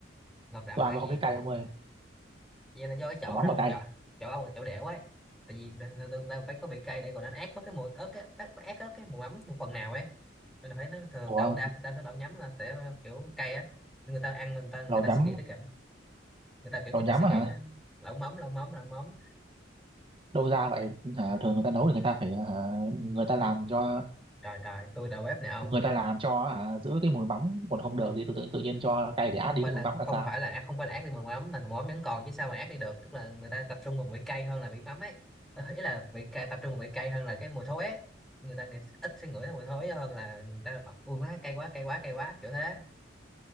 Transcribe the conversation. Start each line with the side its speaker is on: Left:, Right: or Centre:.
Centre: ngọt đậm
Right: tôi
Centre: mà
Right: ăn
Centre: cay
Right: tôi
Centre: nhẹ
Right: không thấy
Centre: còn
Right: cay ông ơi
Centre: vậy là do cái chỗ
Right: đồ mắm
Centre: đó
Right: mà
Centre: ông
Right: cay
Centre: chọn chỗ ông là chỗ đẻo ấy tại vì thường thường ta phải có vị cay để còn đánh át bớt cái mùi ớt cái ớt ớt ớt cái mùi mắm một phần nào ấy nên là phải nó thường
Right: ủa
Centre: đâu đa đa số lẩu nhắm là sẽ kiểu cay á người ta ăn người ta người
Right: lẩu
Centre: ta
Right: nhắm
Centre: suy nghĩ tới cảm người ta kiểu
Right: lẩu
Centre: người
Right: nhắm
Centre: ta suy
Right: á
Centre: nghĩ
Right: hả
Centre: tới lẩu mắm lẩu mắm lẩu mắm
Right: đâu ra vậy hả thường người ta nấu thì người ta phải hả, người ta làm cho
Centre: trời trời tôi đầu bếp nè ông
Right: người ta làm cho hả, giữ cái mùi mắm còn không được thì tự, tự, tự nhiên cho cay để át
Centre: không
Right: đi
Centre: phải
Right: cái
Centre: là
Right: mùi mắm là
Centre: không
Right: sao
Centre: phải là à, không phải là ác đi bằng mắm mà mắm vẫn còn chứ sao mà ác đi được tức là người ta tập trung vào vị cay hơn là vị mắm ấy Ờ, ý là vị cay tập trung vào vị cay hơn là cái mùi thối ấy người ta nghĩ, ít sẽ ngửi thấy mùi thối hơn là người ta ui má cay quá cay quá cay quá kiểu thế